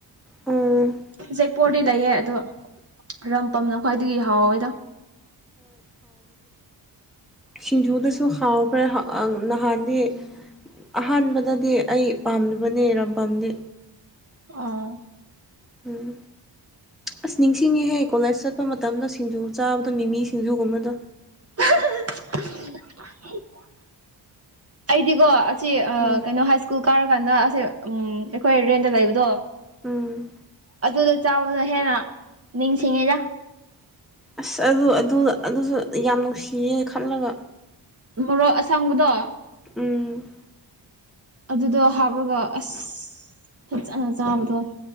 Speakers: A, in the centre; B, on the right.
A: ꯎꯝ
B: ꯎꯆꯦꯛꯄꯨꯔꯗꯤ ꯂꯩꯌꯦ ꯑꯗꯣ ꯔꯝꯄꯝꯅ ꯈ꯭ꯋꯥꯏꯗꯒꯤ ꯍꯥꯎꯋꯦꯗ
A: ꯁꯤꯡꯖꯨꯗꯨꯁꯨ ꯍꯥꯎꯈ꯭ꯔꯦ ꯍꯥ ꯑꯥ ꯅꯍꯥꯟꯗꯤ ꯑꯍꯥꯟꯕꯗꯗꯤ ꯑꯩ ꯄꯥꯝꯗꯕꯅꯦ ꯔꯝꯄꯝꯗꯤ
B: ꯑꯥ
A: ꯎꯝ ꯑꯁ ꯅꯤꯡꯁꯤꯡꯉꯤꯍꯦ ꯀꯣꯜꯂꯦꯖ ꯆꯠꯄ ꯃꯇꯝꯗ ꯁꯤꯡꯖꯨ ꯆꯥꯕꯗꯣ ꯃꯤꯃꯤ ꯁꯤꯡꯖꯨꯒꯨꯝꯕꯗꯣ
B: ꯍꯥ ꯍꯥ ꯑꯩꯗꯤꯀꯣ ꯑꯁꯤ ꯑꯥ
A: ꯎꯝ
B: ꯀꯩꯅꯣ ꯍꯥꯏ ꯁ꯭ꯀꯨꯜ ꯀꯥꯔꯀꯥꯟꯗ ꯑꯁꯦ ꯎꯝ ꯑꯈꯣꯏ ꯔꯦꯟꯠꯗ ꯂꯩꯕꯗꯣ
A: ꯎꯝ
B: ꯑꯗꯨꯗ ꯆꯥꯕꯅ ꯍꯦꯟꯅ ꯅꯤꯡꯁꯤꯡꯉꯤꯗ
A: ꯑꯁ ꯑꯗꯨ ꯑꯗꯨ ꯑꯗꯨꯁꯨ ꯌꯥꯝ ꯅꯨꯡꯁꯤꯌꯦ ꯈꯜꯂꯒ
B: ꯃꯣꯔꯣꯛ ꯑꯁꯥꯡꯕꯗꯣ
A: ꯎꯝ
B: ꯑꯗꯨꯗꯣ ꯍꯥꯞꯂꯒ ꯑꯁ ꯐꯠꯖꯅ ꯆꯥꯕꯗꯣ